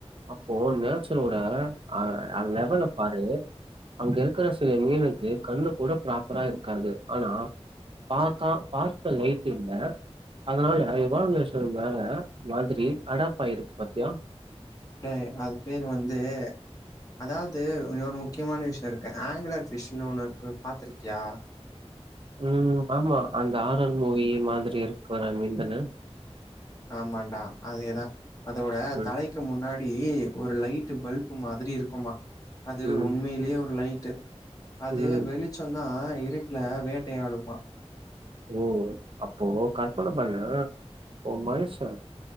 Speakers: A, on the right; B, on the left.
A: அப்போ நேச்சரோட அ லெவல பாரு அங்க இருக்கிற சில மீனுக்கு கண்ணு கூட ப்ராப்பரா இருக்காது ஆனா பாக்கா பாக்க லைட்டு இல்ல அதனால எவாலுரேஷன் மேல மாரி அடாப்பாயிருக்கு பாத்தியா
B: டேய் அது பேரு வந்து அதாவது இன்னொரு முக்கியமான விஷயோ இருக்கு ஆங்குலர் ஃபிஷ்னுு ஒன்னு இருக்கு பாத்துருக்கியா
A: ம் ஆமா அந்த ஆரர் மூவி மாதிரி இருக்கிற மீன்தான
B: ஆமான்டா அதேதா அதோட
A: ம்,
B: தலை க்கு முன்னாடி ஒரு லைடு பல்ப் மாரி இருக்குமா அது
A: ம்,
B: உண்மையிலயே ஒரு லைட்டு அது
A: ம்.
B: வெளி சொன்னா இருட்டுல வேட்டையாடுமா
A: ஓ அப்போ கற்பன பண்ண அப்போ மனுஷ